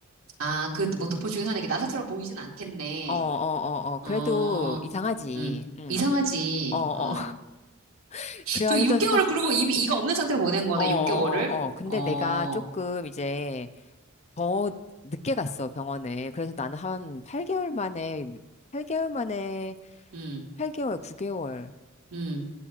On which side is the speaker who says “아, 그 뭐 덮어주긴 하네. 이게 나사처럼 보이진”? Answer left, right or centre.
Right